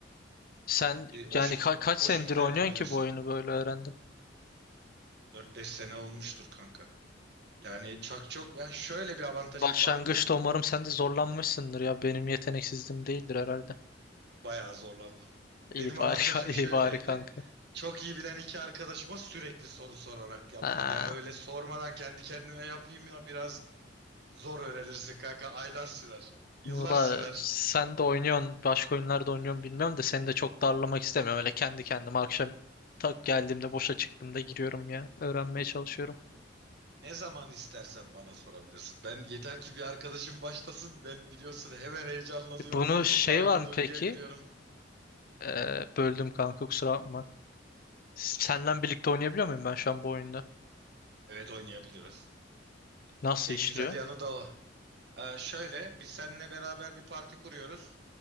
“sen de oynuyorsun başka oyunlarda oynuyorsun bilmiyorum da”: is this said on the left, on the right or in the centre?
Left